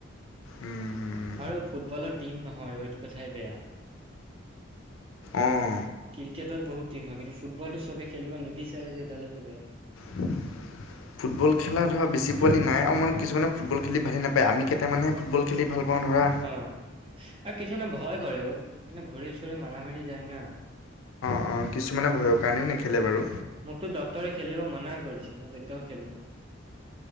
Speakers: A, on the left; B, on the right.
A: উম,
B: আৰু ফুটবলৰ টীম নহয় এইটো কথাই বেয়া।
A: অঁ
B: ক্ৰিকেটত বহুত টিম হয় কিন্তু ফুটবলটো চবেই খেলিব নিবিচাৰে যে এইডালেত বে
A: <inaudible> খেলা ধৰা বেছি পোৱালি নাই আৰু মানে কিছুমানে ফুটবল খেলি ভালেই নাপায় আমি কেইটামানহে ফুটবল খেলি ভাল পাওঁ ধৰা।
B: অ আৰু কিছুমান ভয় কৰেও মানে ভৰি চৰি মাৰা মাৰি যায় না।
A: অ', কিছুমানে ভয়ৰ কাৰণেও নেখেলে বাৰু।
B: মোকতো ডক্টৰে খেলিব মানা কৰিছে মই তেতিয়াও খেলো।